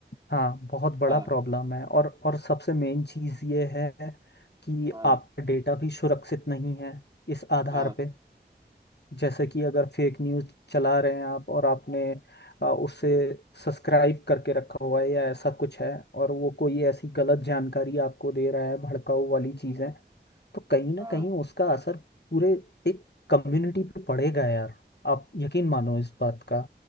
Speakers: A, on the left; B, on the right.
A: हाँ बहुत बड़ा
B: हाँ
A: प्रॉब्लम है और और सबसे मेन चीज़ ये है कि
B: हाँ
A: आपका डेटा भी सुरक्षित नहीं है इस आधार
B: हाँ
A: पे जैसे कि अगर फेक न्यूज़ चला रहे हैं आप और आपने आ, उसे सब्सक्राइब करके रखा हुआ है या ऐसा कुछ है और वो कोई ऐसी गलत जानकारी आपको दे रहा है भड़काऊ वाली चीज़ें तो कहीं ना
B: हाँ
A: कहीं उसका असर पूरे एक कम्युनिटी पे पड़ेगा यार आप यकीन मानो इस बात का